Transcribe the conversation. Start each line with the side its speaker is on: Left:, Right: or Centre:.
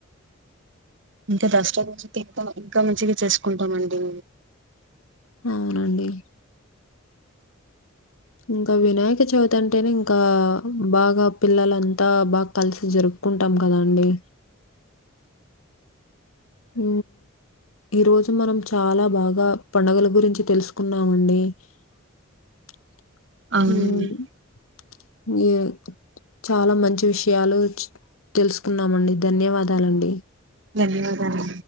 Right: ఇంకా దస్రా తే ఇంకా మంచిగా చేస్కుంటామండి
Left: అవునండి ఇంకా వినాయక చవితి అంటేనే ఇంకా బాగా పిల్లలంతా బా కలిసి జరుకు కుంటాం కదా అండి ఊ ఈ రోజు మనం చాలా బాగా పండుగల గురించి తెలుసుకున్నామండి. హ్మ్.
Right: అవునండి
Left: చాలా మంచి విష్యాలు తెల్సుకున్నామండి ధన్యవాదాలండి
Right: ధన్యవాదాలండి